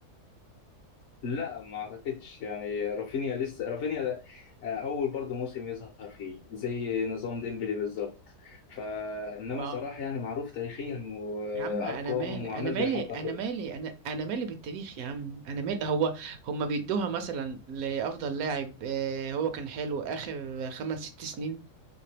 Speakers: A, on the left (about 60°); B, on the right (about 75°).
A: لا ما اعتقدش يعني رافينيا لسه رافينيا ده- آه، اول برضه موسم يظهر فيه زي نظام ديمبلي بالظبط فانما
B: ما
A: صلاح يعني معروف تاريخيا وارقام
B: يا عم أنا مالي
A: وعمال
B: أنا مالي
A: بيحطم
B: أنا
A: كله
B: مالي أنا أنا مالي بالتاريخ يا عم أنا مالي هو هما بيدوها مثلا لأفضل لاعب آه، هو كان حلو آخر خمس ست سنين